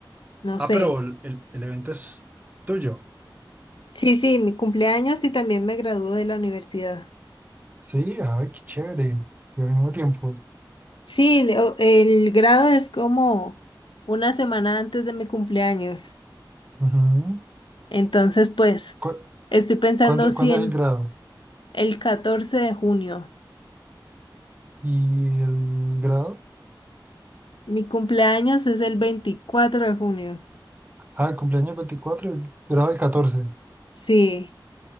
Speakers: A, on the left; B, on the right.
A: no
B: Ah,
A: sé.
B: pero el, el- el evento es tuyo.
A: Sí, sí, mi cumpleaños y también me gradúo de la universidad.
B: Sí, ay, qué chévere. Y al mismo tiempo.
A: Sí, le- o- el grado es como una semana antes de mi cumpleaños.
B: Ujú.
A: Entonces, pues,
B: ¿Cu-
A: estoy pensando
B: cuándo,
A: si
B: cuándo
A: en
B: es el grado?
A: el 14 de junio.
B: ¿Y el grado?
A: Mi cumpleaños es el 24 de junio.
B: Ah, el cumpleaños el 24, el grado el catorce
A: Sí,